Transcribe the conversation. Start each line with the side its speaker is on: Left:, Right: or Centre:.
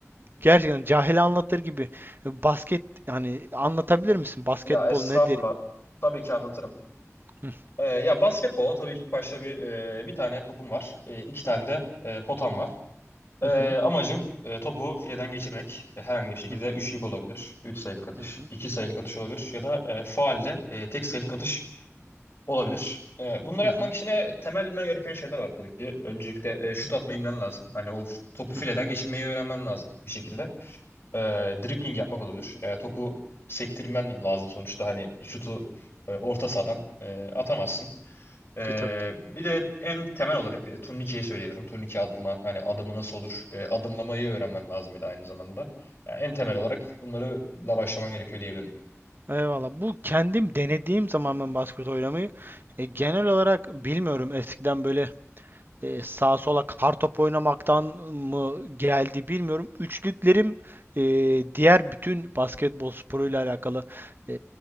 Right: gerçekten cahil anlatır gibi e, basket yani anlatabilir misin? Basketbol
Left: Ya estağfurullah.
Right: nedir?
Left: Tabii ki anlatırım.
Right: Hı
Left: Ee, ya basketbola tabii ki ilk başta bir e, bir tane topum var. E, iki tane de e, potam var. Ee,
Right: hı
Left: amacım e, topu fileden geçirmek. E, herhangi bir şekilde
Right: hı
Left: üçlük olabilir. Üç sayılık atış,
Right: hı hı
Left: iki sayılık atış olabilir. Ya da e, faulle e, tek sayılık atış olabilir. E, bunları
Right: hı
Left: yapmak
Right: hı
Left: için e, temel bilmen gereken şeyler var tabii ki. Öncelikle e, şut atmayı bilmen lazım. Hani o topu
Right: hı.
Left: fileden
Right: hı.
Left: geçirmeyi öğrenmen lazım bir şekilde. E, dribbling yapmak olabilir. E, topu sektirmen lazım sonuçta. Hani şutu e, orta sahadan e, atamazsın. E,
Right: E, tabii.
Left: bir de en temel olarak e, turnikeyi söyleyebilirim. Turnike atma, hani adımı nasıl olur? E, adımlamayı öğrenmen lazım bir de aynı zamanda. Yani en temel olarak bunlarla başlaman gerekiyor diyebilirim.
Right: Eyvallah. Bu kendim denediğim zaman ben basket oynamayı e, genel olarak bilmiyorum eskiden böyle e, sağa sola kartop oynamaktan mı geldi bilmiyorum. Üçlüklerim e, diğer bütün basketbol sporuyla alakalı e,